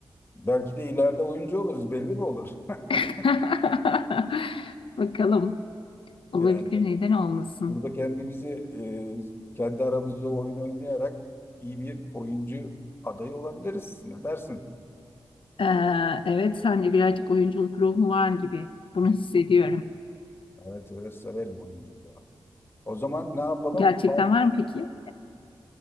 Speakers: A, on the left; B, on the left.
A: belki de ileride oyuncu oluruz belli mi olur?
B: <laughs>
A: <laughs>
B: Bakalım. Olabilir,
A: Yani
B: neden olmasın?
A: burada kendimizi e, kendi aramızda oyun oynayarak iyi bir oyuncu adayı olabiliriz. Ne dersin?
B: Ee, evet, sende birazcık oyunculuk ruhu var gibi. Bunu hissediyorum.
A: Evet, evet severim oyunculuğu. O zaman ne yapalım?
B: Gerçekten
A: Part-
B: var mı peki?